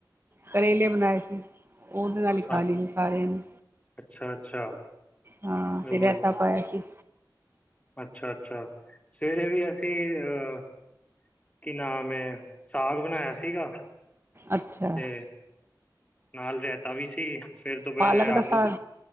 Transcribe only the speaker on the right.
ਕਰੇਲੇ ਬਣਾਏ ਸੀ, ਉਹਦੇ ਨਾਲ ਹੀ ਖਾਲਈ
ਸੀ, ਸਾਰਿਆਂ ਨੇ।
ਹਾਂ, ਤੇ
ਰਾਇਤਾ ਪਾਇਆ ਸੀ।
ਅੱਛਾ।
ਪਾਲਕ ਦਾ
ਸਾਗ